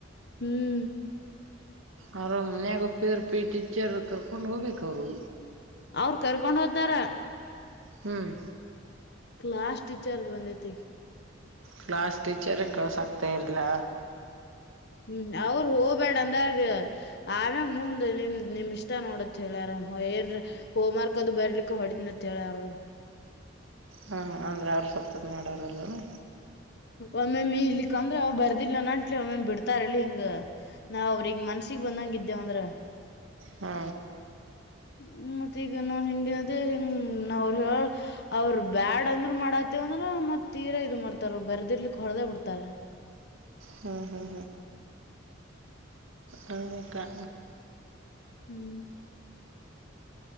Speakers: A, on the left (about 55°); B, on the right (about 80°).
A: ಹ್ಮ್.
B: ಅವ್ರವ್ರ ಮನೆಗ ಒಪ್ಪಿದರೆ ಪಿ ಟೀಚರ್ ಕರ್ಕೊಂಡು ಹೋಗ್ಬೇಕು ಅವರು.
A: ಅವ್ರು ಕರ್ಕೊಂಡ್ ಹೋತಾರ.
B: ಹ್ಮ್.
A: ಕ್ಲಾಸ್ ಟೀಚರ್ದ್ ಬಂದೈತಿ.
B: ಕ್ಲಾಸ್ ಟೀಚರೇ ಕಳ್ಸ್ಕ್ ತಯಾರಿಲ್ಲ.
A: ಹ್ಮ್ ಅವ್ರು ಹೋಗ್ಬೇಡ ಅಂದ್ಯಾರಿ. ಆಮ್ಯಾಗ ಮುಂದ್ ನಿಮ್ ನಿಮ್ ಇಷ್ಟ ನೋಡತ್ ಹೇಳ್ಯಾರ ಏನ್ರಿ. ಹೋಮ್ ವರ್ಕ್ ಅದು ಬರ್ಲಿಕ್ಕೆ ಹೊಡಿತಿನಂತ ಹೇಳ್ಯಾರ.
B: ಹಾಂ ಅಂದ್ರೆ ಅವರು ಸಪೋರ್ಟ್ ಮಾಡ್ಯಾರಲೆನಾ.
A: ಒಮ್ಮೆ ಮೀ ಇಲಿಕ್ಕ ಅಂದ್ರ ಅವ ಬರ್ದಿಲ್ಲನ ಅಂಟ್ಲಿ ಒಮ್ಮೊಮ್ಮ ಬಿಡ್ತಾರಲಿ ಹಿಂಗ. ನಾವ್ ಅವ್ರಿಗ್ ಮನ್ಸಿಗೆ ಬಂದಂಗೆ ಇದ್ದಿವಂದ್ರ.
B: ಹ್ಮ.
A: ಹ್ಮ ಮತ್ತೆ ಈಗ ನಾ ಹೆಂಗೆ ಅದೇ ಹೆಂಗ ನಾವರು ಹೇಳ. ಅವ್ರರು ಬ್ಯಾಡ್ ಅಂದ್ರರು ಮಾಡಾತ್ತವ ಅಂದ್ರ ಮತ್ ತೀರ ಇದು ಮಾಡ್ತಾರ ಬರ್ದಿರ್ಲಿಕ್ ಹೊಡದೇ ಬಿಡ್ತಾರ.
B: ಹ್ಮ್ ಹ್ಮ್ ಹ್ಮ್ ಅಕ್ಕ.
A: ಹ್ಮ್.